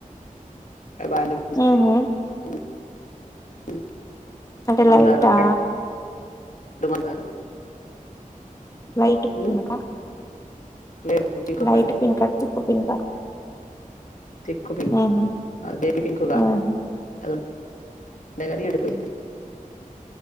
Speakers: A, on the left; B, on the left.
A: అవి బానే పుస్తయ్
B: ఉహు
A: ఉ ఉ
B: అంటే
A: మందారం
B: లైటా
A: రెడ్డు మందారం
B: వైటు
A: ఉమ్,
B: పూలక
A: లేదు పింక్
B: లైట్
A: కలరు
B: పింకా తిక్కు పింకా
A: తిక్ పింకు
B: ఉహు
A: బేబీ పింకు కాదు
B: ఉహు
A: అది వుండే గని ఈడు పోయింది